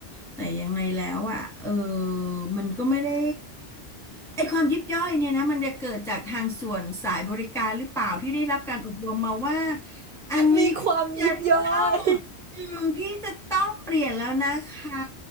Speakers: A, in the centre; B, on the right.
A: แต่ยังไงแล้วอ่ะเออมันก็ไม่ได้ ไอความยิบย่อยเนี่ยนะมันจะเกิดจากทางส่วนสายบริการหรือเปล่าที่ได้รับการอบรมมาว่าอันนี้พี่จะต้อง
B: มีความยิบย่อย
A: อืมพี่จะต้องเปลี่ยนแล้วนะคะ